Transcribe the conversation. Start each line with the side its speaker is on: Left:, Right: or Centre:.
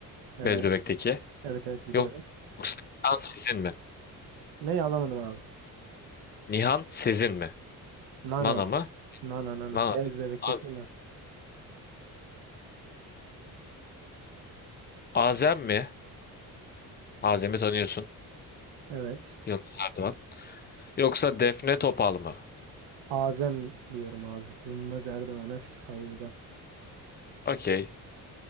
Right: Evet.
Left: Bez Bebek'teki?
Right: Evet evet biliyorum.
Left: Yok- Yoksa Nihan Sezin mi?
Right: Ne alamadım abi?
Left: Nihan Sezin mi?
Right: Nana.
Left: Nana mı?
Right: Nana nana.
Left: Nana.
Right: Bez bebekteki
Left: A-
Right: nana.
Left: Azem mi? Azem'i tanıyorsun.
Right: Evet.
Left: Yılmaz Erdoğan. Yoksa Defne Topal mı?
Right: Azem diyorum abi. Yılmaz Erdoğan'a şu saygıdan.
Left: Okey.